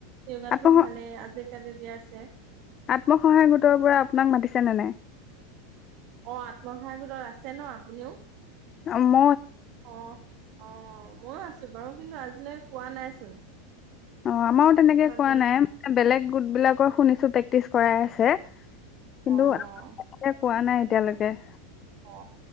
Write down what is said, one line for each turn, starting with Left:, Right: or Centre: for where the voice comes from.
Right: য়গাতো
Left: আত্ম
Right: ভালেই আজি আজি কালিদি আছে।
Left: আত্মসহায়ক গোটৰ পৰা আপোনাক মাতিছে নে নাই?
Right: অ আত্মসহায়ক গোটত আছে ন আপুনিও।
Left: অ ম
Right: অ। অ, ময়ো আছো বাৰু কিন্তু আজিলৈ কোৱা নাইচোন।
Left: অ আমাৰো তেনেকে
Right: মাত
Left: কোৱা নাইে, বেলেগ গোঁ বিলাকৰ শুনিছো প্ৰেক্টিছ কৰাই আছে কিন্তু
Right: অ',
Left: কোৱা নাই এতিয়ালৈকে
Right: অ